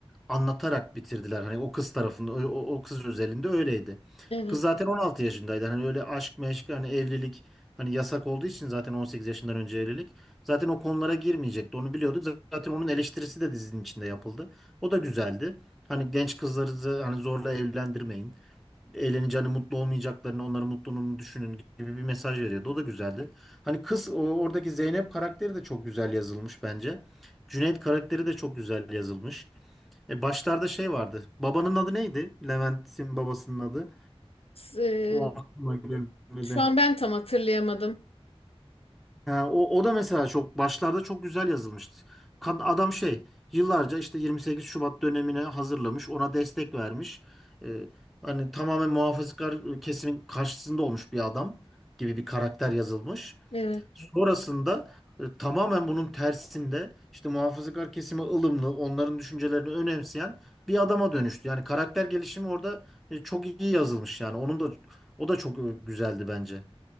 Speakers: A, in the centre; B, on the left (about 70°).
A: anlatarak bitirdiler. Hani o kız tarafında o, o- o kız özelinde öyleydi.
B: Evet.
A: Kız zaten 16 yaşındaydı. Hani öyle aşk meşk hani evlilik hani yasak olduğu için zaten 18 yaşından önce evlilik. Zaten o konulara girmeyecekti. Onu biliyorduk. Zaten onun eleştirisi de dizinin içinde yapıldı. O da güzeldi. Hani genç kızları da hani zorla evlendirmeyin eğleneceğini, mutlu olmayacaklarını, onların mutluluğunu düşünün gibi bir mesaj veriyordu. O da güzeldi. Hani kız o- oradaki Zeynep karakteri de çok güzel yazılmış bence. Cüneyt karakteri de çok güzel yazılmış. E başlarda şey vardı. Babanın adı neydi? Levent'in babasının adı.
B: Ee,
A: O aklıma gelmedi.
B: şu an ben tam hatırlayamadım.
A: Ha, o, o da mesela çok başlarda çok güzel yazılmıştı. Kad- Adam şey yıllarca işte 28 Şubat dönemine hazırlamış, ona destek vermiş. Ee, hani tamamen muhafazakar ıı, kesimin karşısında olmuş bir adam gibi bir karakter yazılmış.
B: Evet.
A: Sonrasında e, tamamen bunun tersinde işte muhafazakar kesime ılımlı, onların düşüncelerini önemseyen bir adama dönüştü. Yani karakter gelişimi orada e, çok iyi yazılmış yani. Onun da o da çok e, güzeldi bence.